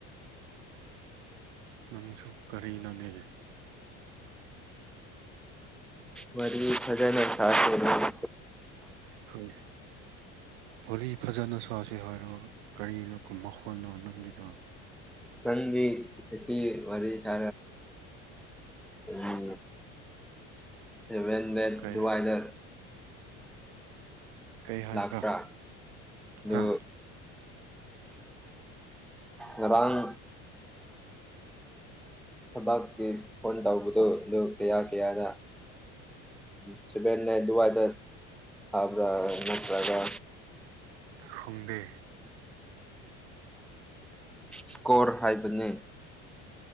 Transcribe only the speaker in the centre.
ꯋꯥꯔꯤ ꯐꯖꯅ ꯁꯥꯁꯦ ꯗꯨꯗꯤ
<inaudible>
ꯅꯪꯗꯤ ꯉꯁꯤ ꯋꯥꯔꯤ ꯁꯥ <unintelligible> ꯁꯚꯦꯟ ꯕꯦꯠ
ꯑꯗꯨꯋꯥꯏꯗ
ꯂꯥꯛꯄ꯭ꯔꯥ ꯑꯗꯨ
ꯉꯔꯥꯡ ꯊꯕꯛꯀꯤ ꯐꯣꯟ ꯇꯧꯕ ꯑꯗꯨ ꯑꯗꯨ ꯀꯌꯥ ꯀꯌꯥꯔ ꯎ ꯁꯚꯦꯟ ꯅꯥꯏꯟ ꯑꯗꯨꯋꯥꯏꯗ ꯁꯥꯕ꯭ꯔꯥ ꯅꯠꯇ꯭ꯔꯒ
ꯁ꯭ꯀꯣꯔ ꯍꯥꯏꯕꯅꯦ